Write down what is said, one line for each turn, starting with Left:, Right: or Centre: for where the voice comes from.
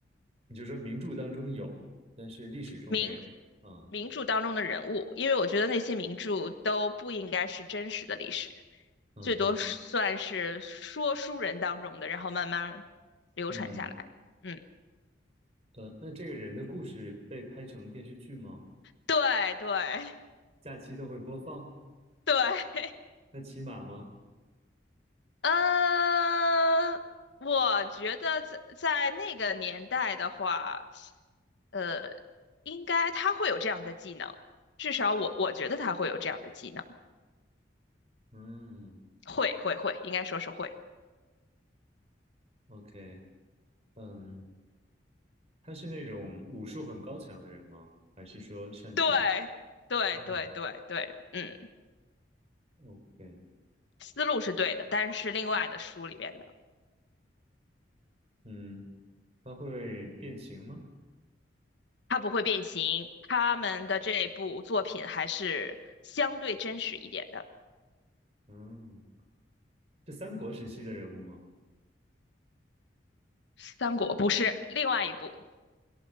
Right: 你就说名著当中有，但是历史中没有。
Left: 名。
Right: 啊，
Left: 名著当中的人物，因为我觉得那些名著都不应该是真实的历史。
Right: 嗯哼，
Left: 最多是算是说书人当中的，然后慢慢流传下来的嗯，
Right: 嗯，呃，那这个人的故事被拍成了电视剧吗？
Left: 对对
Right: 假期都会播放？
Left: 对，
Right: 那骑马吗？
Left: <laughs> 呃，我觉得在在那个年代的话，呃，应该他会有这样的技能，至少我我觉得他会有这样的技能，
Right: 嗯
Left: 会会会，应该说是会。
Right: ，OK，嗯，他是那种武术很高强的人吗？还是说擅长？
Left: 对对对对对，
Right: 哦
Left: 嗯，
Right: ，OK，
Left: 思路是对的，但是另外的书里面的。
Right: 嗯，他会变形吗？
Left: 他不会变形。他们的这部作品还是相对真实一点的。
Right: 嗯是三国时期的人物吗？
Left: 三国不是另外一部，